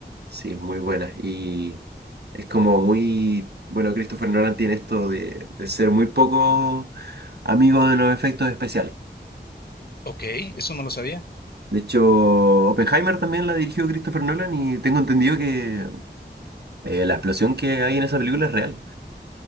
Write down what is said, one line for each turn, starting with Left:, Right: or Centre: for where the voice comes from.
Right: Sí, muy buena. Y es como muy, bueno, Christopher Nolan tiene esto de, de ser muy poco amigo de los efectos especiales.
Left: Ok, eso no lo sabía.
Right: De hecho, Oppenheimer también la dirigió Christopher Nolan y tengo entendido que eh, la explosión que hay en esa película es real.